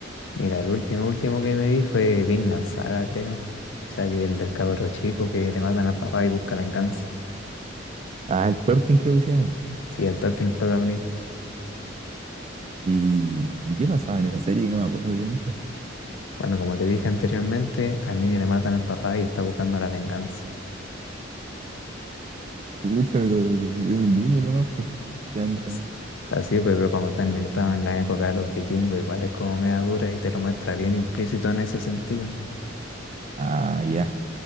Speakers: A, on the left; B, on the right.
A: Mira, el último, último que me vi fue Vinland Saga, creo. O sea, que el del cabro chico que le matan al papá y busca venganza.
B: Ah, el Thorfinn creo que se llama.
A: Sí, el tal film protagonista.
B: ¿Y, y qué pasaba en esa serie? Que no me acuerdo yo mucho.
A: Bueno, como te dije anteriormente, al niño le matan al papá y está buscando la venganza.
B: Mucho, pero es un niño nomás, pues. ¿Qué anda?
A: Entonces, así, pues, pero como está ambientado en la época de los vikingos, igual es como media dura y te lo muestra bien implícito en ese sentido.
B: Ah, ya.